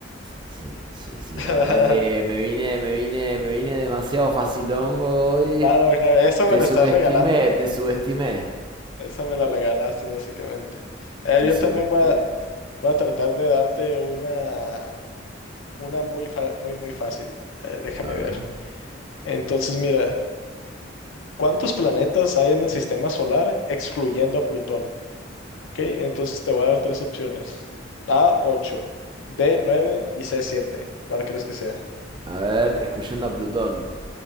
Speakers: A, on the right; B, on the left.
A: Sí, sí, sí,
B: <laughs>
A: la verdad que me vine, me vine, me vine demasiado facilongo hoy.
B: Claro, claro, Eso me
A: Te
B: la
A: subestimé,
B: estás regalando,
A: te subestimé.
B: Eso me la
A: Te,
B: regalaste básicamente. A ver,
A: te
B: yo
A: subestimé.
B: también voy a, voy a tratar de darte una, una muy, fa- muy, muy fácil. A ver, déjame
A: A
B: ver.
A: ver.
B: Entonces, mira, ¿cuántos planetas hay en el sistema solar excluyendo a Plutón? ¿Ok? Entonces te voy a dar tres opciones. A, 8, B, 9 y C, 7. ¿Cuál crees que sea?
A: A ver, excluyendo a Plutón.